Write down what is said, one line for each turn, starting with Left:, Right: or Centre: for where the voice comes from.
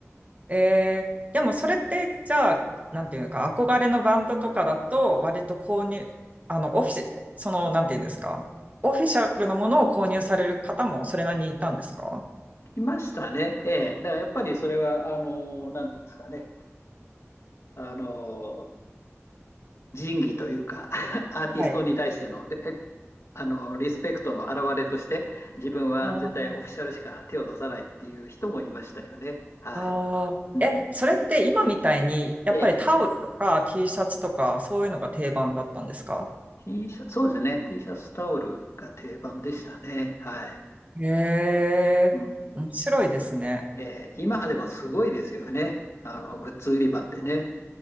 Right: えー、でもそれってじゃあ、なんていうのか、憧れのバンドとかだと、割と購入、あの、オフィシ、その、なんていうんですか、オフィシャルのものを購入される方もそれなりにいたんですか
Left: いましたね。ええ。だからやっぱりそれは、あの、なんていうんですかね。あの、仁義というか、<laughs> アーティストに対してのレ
Right: はい。
Left: あのリスペクトの表れとして自分は絶対オフィシャルしか手を出さないっていう人もいましたよね。
Right: あ
Left: はい。
Right: あーえ、
Left: うん、
Right: それって今みたいに、やっぱりタオルとか
Left: で、
Right: T シャツとか、そういうのが定番だったんですか
Left: T シャツ、そうですね、T シャツタオルが定番でしたね。はい。
Right: へえ、
Left: うん、
Right: 面白いですね。
Left: えー今でもすごいですよね。あの、グッズ売り場ってね。